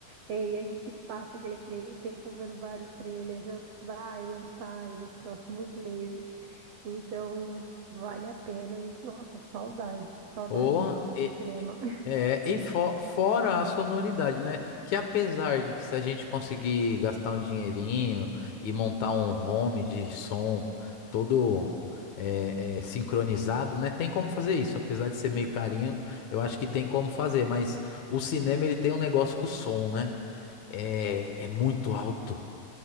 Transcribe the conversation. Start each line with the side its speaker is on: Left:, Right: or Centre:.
Right: É, e a gente passa aquele tre- tempo vendo vários trailers, né? O que vai lançar aí nos próximos meses. Então, vale a pena. E, nossa, saudade. Saudade
Left: Porra,
Right: mesmo de
Left: e-
Right: um cinema
Left: É, e fo- fora a sonoridade, né? Que apesar de que se a gente conseguir gastar um dinheirinho e montar um home de som todo é, é, sincronizado, né? Tem como fazer isso, apesar de ser meio carinho, eu acho que tem como fazer, mas o cinema ele tem um negócio com o som, né? É, é muito alto.